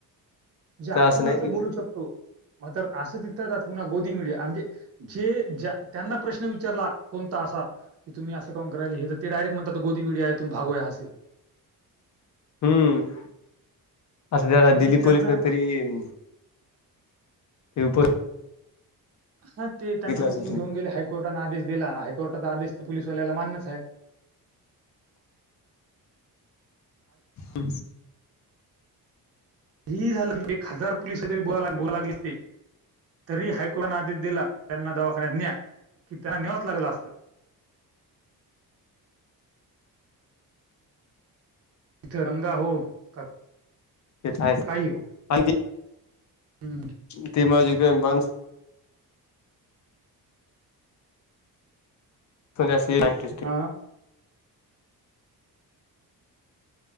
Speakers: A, on the right; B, on the left.
A: जे आपण
B: तर नाही
A: असं
B: की
A: बोलू शकतो. तर असं तिथे पुन्हा मोदी मीडिया म्हणजे, जे त्यांना प्रश्न विचारला कोणता असा की तुम्ही असं का करायले ते डिरेक्ट म्हणतात गोदी मिडिया आहे तुम भागो यहा से.
B: हम्म, अस जरा
A: म्हणजे
B: दिल्ली
A: त्यांना
B: पोलीस न तरी येईल. पेपर
A: हा ते त्यांना
B: असेल
A: उचलून
B: तुम्ही
A: घेऊन गेले हायकोर्टा आदेश दिला हायकोर्टचा आदेश तर पोलीसवाल्याला मान्यच आहे.
B: हम्
A: काही झालं तरी एक हजार पोलिस तरी बोला बोलावे लागले असते. तरी हायकोर्टाने आदेश दिला त्यांना दवाखान्यात न्या, की त्यांना न्यावच लागल असतं. तिरंगा हो. का
B: ते तर आहेच
A: काही हो
B: आणि ते
A: हम्म.
B: चुलते माझे माणस पण्यासी <unintelligible> नाही न केस ते
A: हा.